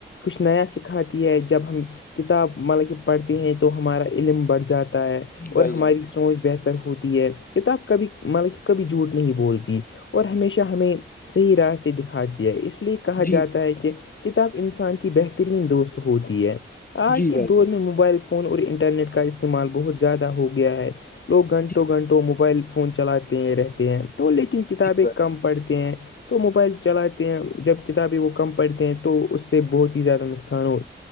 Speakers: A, on the left (about 75°); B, on the left (about 45°).
A: کچھ نیا سکھاتی ہے جب ہم کتاب مطلب کہ پڑھتے ہیں تو ہمارا علم بڑھ جاتا ہے
B: جی
A: اور
B: بھائی
A: ہماری
B: جان
A: سوچ بہتر ہوتی ہے کتاب کبھی مطلب کہ کبھی جھوٹ نہیں بولتی اور ہمیشہ ہمیں صحیح راستے دکھاتی ہے اس لیے کہا
B: جی
A: جاتا ہے کہ کتاب انسان کی بہترین دوست ہوتی ہے آج
B: جی
A: کے
B: بھائی
A: دور
B: جان
A: میں موبائل فون فون اور انٹرنیٹ کا استعمال بہت زیادہ ہو گیا ہے لوگ گھنٹوں
B: جی
A: گھنٹوں موبائل فون چلاتے ہیں رہتے ہیں تو لیکن کتابیں
B: جی بھائی
A: کم
B: جان
A: پڑھتے ہیں تو موبائل چلاتے ہیں جب کتابیں وہ کم پڑھتے ہیں تو اس سے بہت ہی زیادہ نقصان ہو